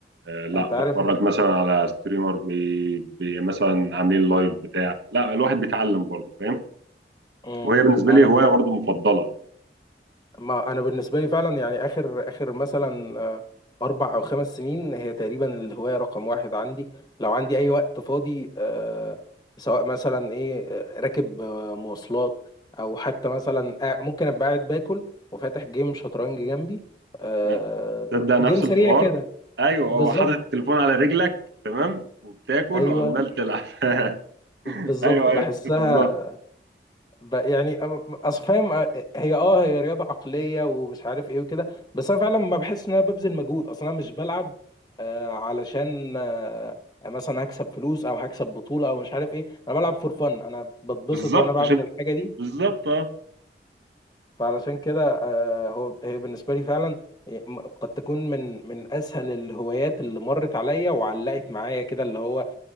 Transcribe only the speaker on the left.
انت
عارف إن-
مم.
انا
ما انا بالنسبه لي فعلا يعني اخر اخر مثلا آه، اربع او خمس سنين هي تقريبا الهوايه رقم واحد عندي لو عندي اي وقت فاضي آه، سواء مثلا ايه آه، راكب آه، مواصلات او حتى مثلا قاع- ممكن ابقى قاعد باكل وفاتح جيم شطرنج جنبي آه،
جيم سريع
كده
بالظبط
ايوه
بالظبط
بحسها
ب- يعني أم- اصل فاهم أ- هي اه هي رياضه عقليه ومش عارف ايه وكده بس انا فعلا ما بحس ان انا ببذل مجهود اصلا انا مش بلعب آه، علشان آه، مثلا هكسب فلوس او هكسب بطوله او مش عارف ايه انا بلعب فور فن انا بتبسط
وانا بعمل
الحاجه دي
فعلشان كده آه، هو هي بالنسبه لي فعلا م- قد تكون من من اسهل الهوايات اللي مرت عليا وعلقت معايا كده اللي هو